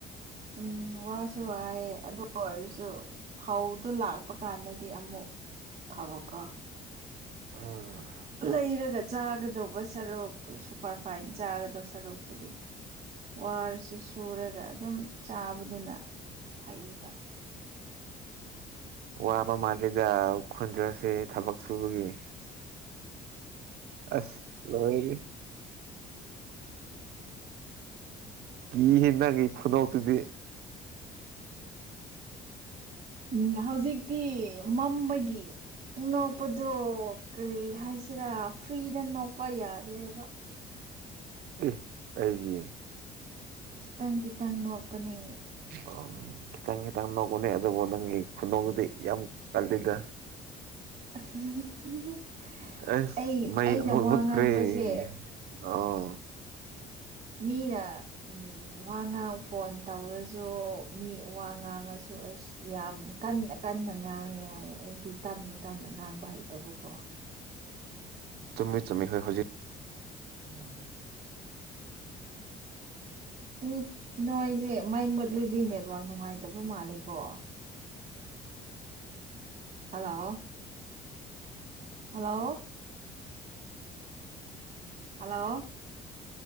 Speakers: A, on the right (about 45°); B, on the right (about 70°).
A: ꯎꯝ ꯋꯥꯁꯨ ꯋꯥꯑꯌꯦꯦ ꯑꯗꯨ ꯑꯣꯏꯔꯁꯨ ꯐꯧꯗꯨ ꯂꯥꯛꯄ ꯀꯥꯟꯗꯗꯤ ꯑꯃꯨꯛ ꯊꯥꯕꯀ
B: ꯎꯝ
A: ꯂꯩꯔꯒ ꯆꯥꯒꯗꯧꯕ ꯁꯔꯨꯛ ꯁꯨꯄꯔ ꯐꯥꯏꯟ ꯆꯥꯒꯗꯧꯕ ꯁꯔꯨꯛꯄꯨꯗꯤ ꯋꯥꯔꯁꯨ ꯁꯨꯔꯒ ꯑꯗꯨꯝ ꯆꯥꯕꯗꯨꯅ ꯐꯩꯌꯦꯕ
B: ꯋꯥꯕ ꯃꯥꯜꯂꯤꯗ ꯈꯟꯗ꯭ꯔꯁꯤ ꯊꯕꯛ ꯁꯨꯕꯒꯤ ꯑꯁꯉ ꯀꯤ ꯍꯦꯟꯅꯒꯤ ꯈꯨꯗꯧꯇꯨꯗꯤ
A: ꯎꯝ ꯍꯧꯖꯤꯛꯇꯤ ꯃꯝꯕꯒꯤ ꯅꯣꯛꯄꯗꯣ ꯀꯔꯤ ꯍꯥꯏꯁꯤꯔꯥ ꯐ꯭ꯔꯤꯗ ꯅꯣꯛꯄ ꯌꯥꯗ꯭ꯔꯦꯕ
B: ꯏ ꯑꯩꯒꯤ
A: ꯀꯈꯤꯇꯪ ꯀꯤꯇꯪ ꯂ ꯃꯅꯤ
B: ꯑꯣ ꯈꯤꯇꯪ ꯈꯤꯇꯪ ꯅꯒꯅꯦ ꯑꯗꯨꯕꯨ ꯅꯪꯒꯤ ꯈꯨꯗꯧꯗꯨꯗꯤ ꯌꯥꯝ ꯀꯜꯂꯤꯗ
A: <inaudible>
B: ꯑꯦ
A: ꯑꯩ
B: ꯃꯩ
A: ꯑꯩꯅ
B: ꯃ
A: ꯋꯥ
B: ꯃꯨꯠꯈꯔꯤ
A: ꯉꯥꯡꯕꯁꯦ
B: ꯑꯣ
A: ꯃꯤꯅ ꯋꯥ ꯉꯥꯡ ꯐꯣꯟ ꯇꯧꯔꯁꯨ ꯃꯤ ꯋꯥ ꯉꯥꯡꯉꯁꯨ ꯑ ꯑꯁ ꯌꯥꯝ ꯀꯟꯅ ꯀꯟꯅ ꯉꯥꯡꯉꯦ ꯍꯥꯏꯌꯦ ꯑꯩ ꯗꯤ ꯇꯞꯅ ꯇꯞꯅ ꯉꯥꯡꯕ ꯍꯩꯇꯕꯀꯣ
B: ꯆꯨꯝꯃꯤ ꯆꯨꯝꯃꯤ ꯍꯣꯏ ꯍꯧꯖꯤꯛ
A: ꯌꯥ ꯎꯝ ꯅꯣꯏꯁꯦ ꯃꯥꯏ ꯃꯨꯠꯂꯗꯤ ꯅꯦꯠꯋꯥꯛ ꯅꯨꯡꯉꯥꯏꯇꯕ ꯃꯥꯜꯂꯤꯀꯣ ꯍꯜꯂꯣ ꯍꯜꯂꯣ ꯍꯜꯂꯣ